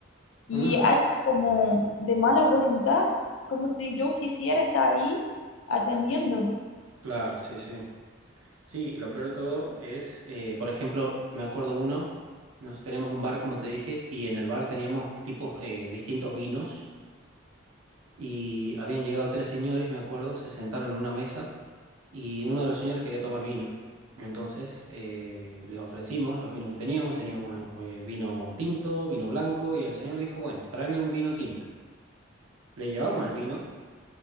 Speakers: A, on the left; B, on the right.
A: Y
B: Ujú,
A: hacen como de mala voluntad, como si yo quisiera estar ahí atendiendo.
B: Claro, sí, sí. Sí, y lo peor de todo es, eh, por ejemplo, me acuerdo uno, nosotros teníamos un bar, como te dije, y en el bar teníamos tipos, eh, distintos vinos, y habían llegado tres señores, me acuerdo, se sentaron en una mesa, y uno de los señores quería tomar vino. Entonces, eh, les ofrecimos los vinos que teníamos, teníamos eh, vino tinto, vino blanco, y el señor dijo, bueno, tráeme un vino tinto. Le llevamos el vino,